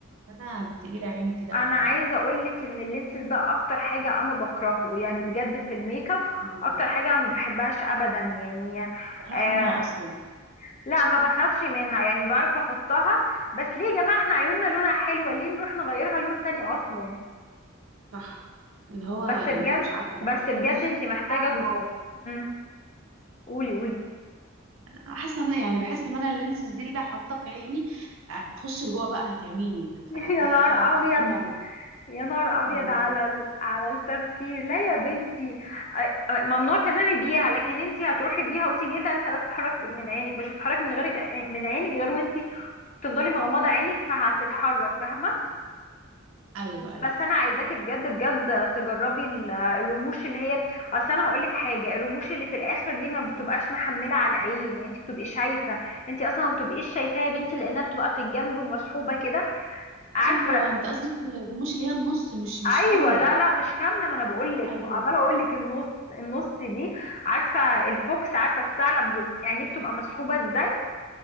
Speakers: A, on the right (about 70°); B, on the left (about 35°).
A: ان انا تقيلة عيني كده او
B: انا
A: حاجة
B: عايزه اقولك ان اللينسز ده اكتر حاجه انا بكرهه يعني بجد في الميك اب
A: مم.
B: اكتر حاجه أنا ما بحبهاش ابدا يعني
A: بخاف
B: آه
A: منها اصلا
B: لا ما بخافش منها يعني بعرف احطها بس ليه يا جماعه احنا عيوننا لونها حلوه ليه نروح نغيرها لون تاني اصلا
A: صح اللي هو
B: بس
A: يعني
B: بجد
A: مش عارفه بحس
B: بس بجد
A: إن
B: انتي محتاجه
A: أنا-
B: دو...
A: اه
B: مم. قولي قولي
A: حاسه ان أنا- يعني بحس ان انا اللينسز دي لو حاطاه في عيني هتخش لجوه بقى هتعميني
B: <laughs>
A: فده
B: يا نهار ابيض
A: فكرتي عن ال-
B: يا نهار ابيض
A: والله
B: على ال... على التفكير لا يا بنتي أ- أ- ممنوع تنامي بيها لكن انت هتروحي بيها وتيجي إيه اللي هتخليها تتحرك من عينك مش هتتحرك من غيرك آه، من عينك غير وانت تفضلي مغمضه عينك فهتتحرك فاهمه
A: ايوه ايوه
B: بس انا عايزاكي بجد بجد تجربي ال- الرموش اللي هي اصل انا هقول لك حاجه الرموش اللي في الاخر دي ما بتبقاش محمله على العين يعني انت بتبقي شايفه انت اصلا ما بتبقيش شايفاها يا بنتي لانها بتبقى في الجنب ومسحوبه كده عارفه
A: ايوه انت قصدك الرموش اللي هي النص مش مش
B: ايوه
A: كامله
B: لا لا مش كامله ما انا بقول لك
A: ايوه
B: عماله اقول لك النص النص دي عارفه الفوكس عارفه الثعلب ر- يعني بتبقى مسحوبه ازاي